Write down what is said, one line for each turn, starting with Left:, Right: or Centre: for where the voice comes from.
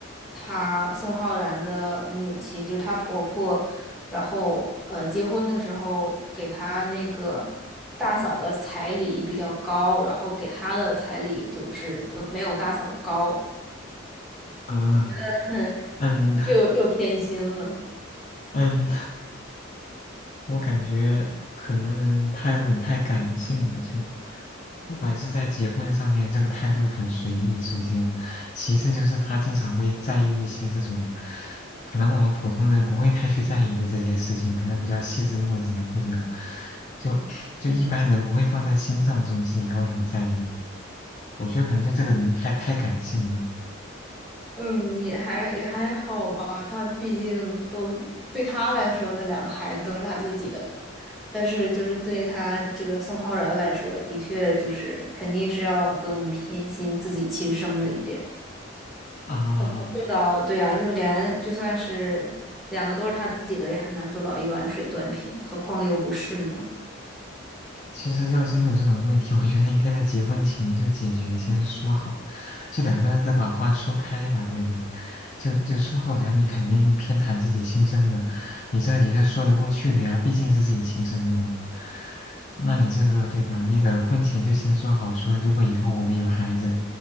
Centre: 他宋浩然的母亲，就是她婆婆，然后呃，结婚的时候给他那个大嫂的彩礼比较高，然后给他的彩礼就是不没有大嫂高，
Left: 嗯
Centre: <laughs>
Left: 嗯
Centre: 又又偏心了。
Left: 嗯，我感觉可能他有点太感性了，就不管是在结婚上面，这个态度很随意。首先，其次就是他经常会在意一些这种可能我们普通人不会太去在意的这些事情，可能比较细枝末节，或者就就一般人不会放在心上这种事情，他会很在意。我觉得可能就这个人太太感性了
Centre: 嗯，也还也还好吧，他毕竟都对他来说，那两个孩子都是他自己的嘛。但是就是对他这个宋浩然来说，的确就是肯定是要更偏心自己亲生的一点，
Left: 啊，
Centre: 很难做到。对啊，就连就算是两个都是他自己的，也很难做到一碗水端平，何况又不是呢？
Left: 其实要真有这种问题，我觉得应该在结婚前就解决，先说好，就两个人都把话说开吧，对吧？就就宋浩然后你肯定偏袒自己亲生的，你这也是说得过去的呀，毕竟是自己亲生的嘛。那你这个对吧？你得婚前就先说好说，如果以后我们有孩子，